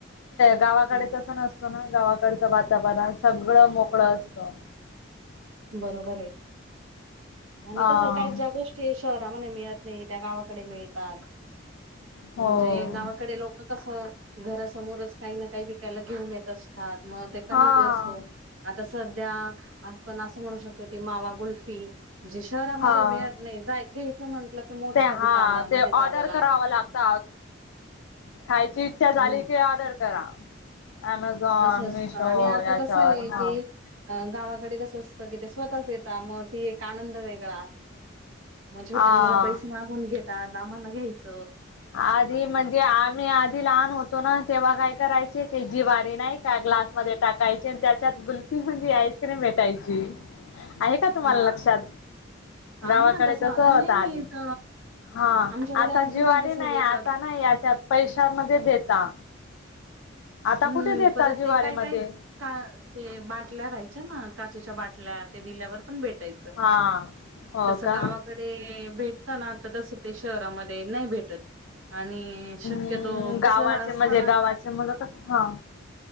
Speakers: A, on the left; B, on the right.
A: गावाकडे
B: हम्म,
A: तस नसतो ना गावाकडचं वातावरण सगळं मोकळा असतो
B: बरोबर आहे आणि
A: हा
B: कस काही ज्या गोष्टी शहरामध्ये मिळत नाही त्या गावाकडे मिळतात
A: हो
B: म्हणजे गावाकडे लोक कस घरासमोरच काही ना काही विकायला घेऊन येत असतात मग ते काही
A: हा.
B: असो आता सध्या आपण असं म्हणू शकतो ती मावाकुल्फी जी शहरामध्ये
A: हा
B: मिळत नाही घ्यायचा म्हंटलं की मोठ्या
A: ते हा
B: दुकानामध्ये
A: ते ऑर्डर
B: जावं लागत
A: करावं लागतं खायची इच्छा झाली
B: हम्म.
A: की ऑर्डर करा अमेझॉन,
B: असं असतं
A: मिशो
B: आणि आता
A: याच्यावर
B: कसं आहे
A: हा
B: की गावा कडे कस असतं कि स्वतःच येत मग त एक आनंद वेगळा मग छोटे
A: हा.
B: मुलं पैसे मागून घेतात आम्हाला घ्यायच
A: आधी म्हणजे आम्ही आधी लहान होतो ना तेव्हा काय करायचे ते जीवारी नाही का ग्लासमध्ये टाकायचे आणि त्याच्यात कुल्फी म्हणजे आईस्क्रीम भेटायची आहे का तुम्हाला
B: हा
A: लक्षात गावाकडे
B: आहे ना तसं
A: तस
B: अजूनही
A: होता आधी
B: मिळत
A: हा
B: आमच्याकडे
A: आता
B: अजूनही
A: जीवारी
B: तसं
A: नाही
B: येतात
A: आता नाही याच्यात पैशामध्ये देता आता
B: हम्म
A: कुठे देता
B: परत
A: जिवारीमध्ये?
B: ते काय काय का ते बाटल्या राहायच्या ना काचेच्या बाटल्या ते दिल्यावर पण भेटायचं
A: हा हो
B: तस
A: का?
B: गावाकडे भेट ताना आता तसं ते शहरामध्ये नाही भेटत आणि शक्यतो
A: हम्म
B: कस
A: गावाचे
B: असतं
A: म्हणजे
B: ना
A: गावाचे मुलं कस हा